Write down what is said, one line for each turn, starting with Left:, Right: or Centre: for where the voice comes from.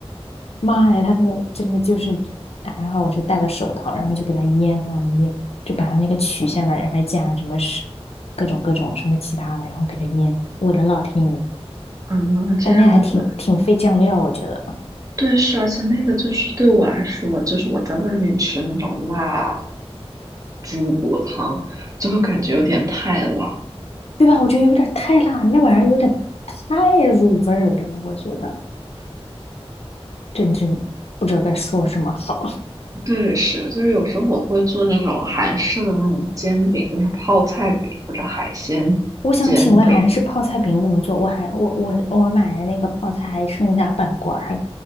Left: 妈呀，它那个真的就是还好我是戴了手套，然后就给它腌啊腌，就把它那个取下来，然后还加什么是各种各种什么其他，然后给它腌，我的老天爷！
Right: 嗯，这样子，
Left: 但那个还挺挺费酱料，我觉得，
Right: 对，是，而且那个就是对我来说，就是我在外面吃那种辣猪骨汤，就会感觉有点太辣。
Left: 对吧？我觉得有点太辣，那玩意儿有点太入味儿了，我觉得真真不知道该说什么好。
Right: 对，是，就是有时候我会做那种韩式的那种煎饼，就是泡菜饼或者海鲜煎饼，
Left: 我想请问还是泡菜饼怎么做？我还我我我买的那个泡菜还剩下半罐儿，还